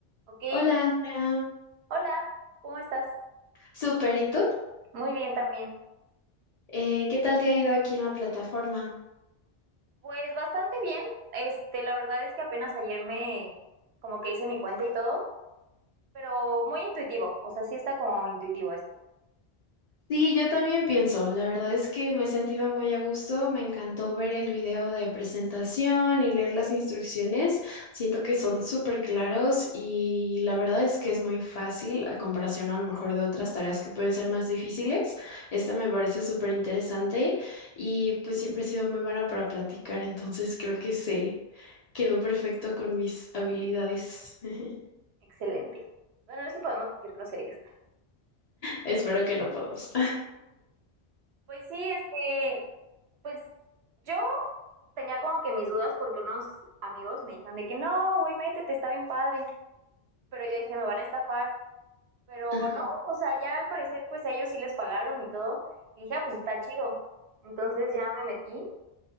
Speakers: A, on the right (about 75°); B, on the left (about 45°).
A: Ok,
B: Hola,
A: ¿tú?
B: Andrea.
A: Hola, ¿cómo estás?
B: Súper, ¿y tú?
A: Muy bien también.
B: Eh, ¿qué tal te ha ido aquí en la plataforma?
A: Pues bastante bien. Este, la verdad es que apenas ayer me como que hice mi cuenta y todo, pero muy intuitivo. O sea, sí está como intuitivo esto.
B: Sí, yo también pienso. La verdad es que me he sentido muy a gusto. Me encantó ver el video de presentación y leer las instrucciones. Siento que son súper claros y la verdad es que es muy fácil a comparación a lo mejor de otras tareas que pueden ser más difíciles. Esta me parece súper interesante y pues siempre he sido muy buena para platicar, entonces creo que se quedó perfecto con mis habilidades. <laughs>
A: Excelente. Bueno, no sé si podemos decir groserías.
B: Espero que no podamos.
A: Pues sí, este, pues yo tenía como que mis dudas porque unos amigos me dijeron de que no, güey, métete, está bien padre. Pero yo dije, me van a estafar. Pero
B: <laughs> Ajá.
A: no, o sea, ya al parecer, pues a ellos sí les pagaron y todo. Y dije, ah, pues está chido. Entonces ya me metí